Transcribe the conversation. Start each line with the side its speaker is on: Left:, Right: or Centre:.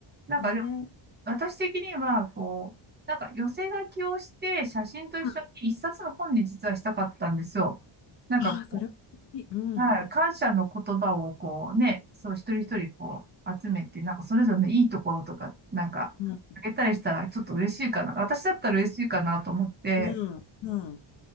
Right: なんかでも、
Left: ねえ。う
Right: 私的には、こう、なんか寄せ書きをして、写真と一緒に一冊の本に実はしたかったんですよ。
Left: ん
Right: なんかこ
Left: ああー、それはいい。うん。
Right: うはい、感謝の言葉をこうね、そう一人一人こう集めて、
Left: う
Right: なんかそれぞれのいいところとか、なんかあげたりしたらちょっと嬉しいかな。
Left: ん。
Right: 私だったら嬉しいかなと思って、
Left: うん。うん。